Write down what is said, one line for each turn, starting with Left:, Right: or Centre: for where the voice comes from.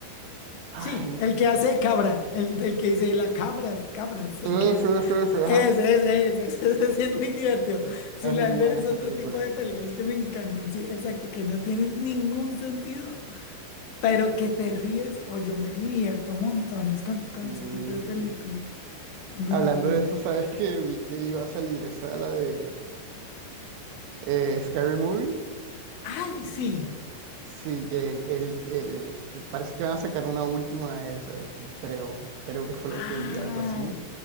Right: Ay,
Left: Sí,
Right: no.
Left: el que hace de cabra, el, el que dice la cabras, cabras,
Right: Ese,
Left: <laughs> que
Right: ese, ese,
Left: es,
Right: ajá.
Left: es, es, es, ese sí es muy divertido. Zoolander
Right: Es muy buena
Left: es
Right: esa
Left: otro
Right: película.
Left: tipo de películas que me encantan, sí, exacto, que no tienen ningún sentido, pero que te ríes o yo me divierto montones con, con
Right: Y
Left: ese tipo de películas. No,
Right: hablando
Left: no, no.
Right: de eso, ¿sabes que Vi que iba a salir esa, la de eh, Scary Movie.
Left: Ay, sí.
Right: Sí, que el, el- parece que van a sacar una última de esas, creo, creo que fue
Left: Ah,
Right: lo que vi, algo así.